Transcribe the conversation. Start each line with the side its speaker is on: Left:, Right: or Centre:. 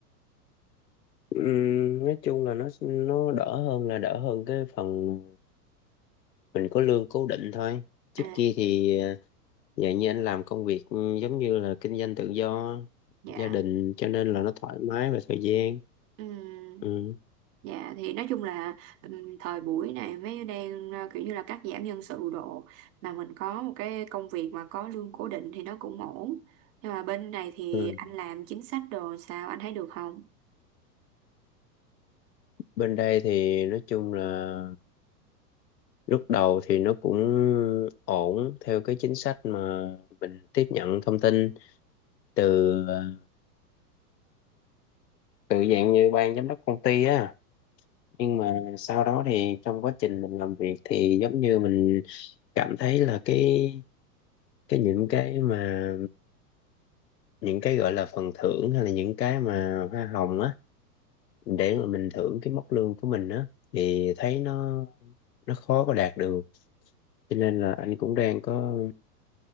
Left: Ừ, nói chung là nó nó đỡ hơn là đỡ hơn cái phần mình có lương cố định thôi. Trước
Right: À,
Left: kia thì à, Dạ như anh làm công việc ừ, giống như là kinh doanh tự do,
Right: dạ.
Left: gia đình cho nên là nó thoải mái về thời gian.
Right: Ừm.
Left: Ừ.
Right: Dạ thì nói chung là ừm, thời buổi này mới đang ờ, kiểu như là cắt giảm nhân sự độ mà mình có một cái công việc mà có lương cố định thì nó cũng ổn. Nhưng mà bên này thì
Left: Ừ.
Right: anh làm chính sách đồ sao anh thấy được không?
Left: Bên đây thì nói chung là lúc đầu thì nó cũng ổn theo cái chính sách mà mình tiếp nhận thông tin từ ờ, từ dạng như ban giám đốc công ty á. Nhưng mà sau đó thì trong quá trình mình làm việc thì giống như mình cảm thấy là cái cái những cái mà những cái gọi là phần thưởng hay là những cái mà hoa hồng á để mà mình thưởng cái mốc lương của mình á thì thấy nó nó khó có đạt được cho nên là anh cũng đang có